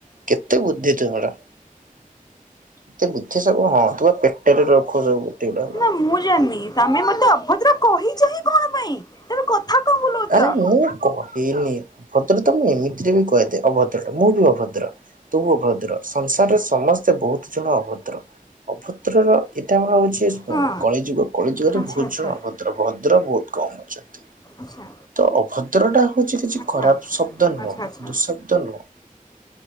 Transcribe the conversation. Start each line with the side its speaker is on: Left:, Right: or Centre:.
Right: ଏତେ ବୁଦ୍ଧି ତୁର ଏତେ ବୁଦ୍ଧି ସବୁ ହଁ ତୁ। ଏରେ ରଖ ସବୁ। ଗୁଡାକ।
Left: ନା ମୁଁ ଜାଣିନି ତମେ ମତେ ଅଭଦ୍ରା କହିଛି କଣ ପାଇଁ ତମ କଥା କଣ ବୁଲଉଛ।
Right: ଆରେ ମୁଁ କହେନି ଭଦ୍ର ମୁଁ ତମକୁ ଏମିତିରେ ବି କହିଦିଏ ଅଭଦ୍ରଟା ମୁଁ ବି ଅଭଦ୍ର। ତୁ ଭଦ୍ର ସଂସାରରେ ସମସ୍ତ ବହୁତ ଜଣ ଅଭଦ୍ର ଅଭଦ୍ରର ଏଇଟା ଆର ହଉଛି।
Left: ହଁ
Right: କଳିଯୁଗ କଳି ଯୁଗରେ
Left: ଆଚ୍ଛା
Right: ବହୁତ
Left: ଆଚ୍ଛା
Right: ଜଣ ଅଭଦ୍ର ଭଦ୍ର। ଭଦ୍ର ବହୁତ କମ୍ ଅଛନ୍ତି।
Left: ଆଚ୍ଛା।
Right: ତ ଅଭଦ୍ର ଟା। ଉଛି କିଛି
Left: ଆଚ୍ଛା।
Right: ଖରାପ ଶବ୍ଦ ନୁହଁ
Left: ଆଚ୍ଛା ଆଚ୍ଛା
Right: ଦୁଃଶବ୍ଦ ନୁହଁ